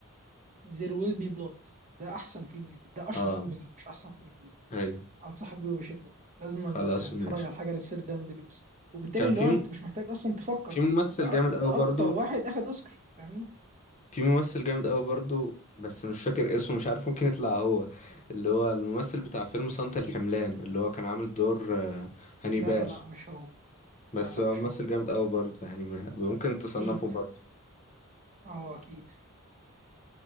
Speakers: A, on the right; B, on the left.
A: زير ويل بي بلاد ده احسن فيلم ليه ده اشهر
B: اه
A: فيلم ليه مش احسن فيلم ليه
B: ايوه
A: انصحك بيه بشده لازم
B: خلاص
A: أنت تتفرج
B: ماشي
A: على حاجه للسير دايموند لويس وبالتالي
B: كان
A: اللي
B: في
A: هو انت مش محتاج اصلا تفكر
B: في ممثل
A: ده
B: جامد قوي
A: ده
B: برضو
A: اكتر واحد اخد اوسكار فاهمني
B: في ممثل جامد قوي برضو بس مش فاكر اسمه مش عارف ممكن يطلع هو اللي هو الممثل بتاع فيلم صمت الحملان اللي هو كان عامل دور آه، هانيبال
A: لا لا لا مش هو
B: بس
A: لا لا
B: هو
A: مش
B: ممثل
A: هو
B: جامد قوي برضو يعني م- ممكن تصنفه
A: اكيد
B: برضو
A: اه اكيد